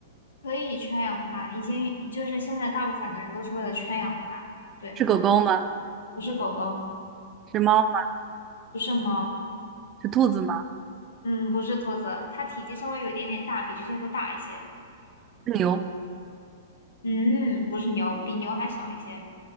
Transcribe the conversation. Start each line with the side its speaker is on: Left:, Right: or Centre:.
Left: 可以圈养它，已经就是现在大部分的人都是为了圈养它，对，
Right: 是狗狗吗？
Left: 不是狗狗，
Right: 是猫吗？
Left: 不是猫。
Right: 是兔子吗？
Left: 嗯，不是兔子，它体积稍微有一点点大，比这些都大一些。
Right: 是牛？
Left: 嗯，不是牛，比牛还小一些。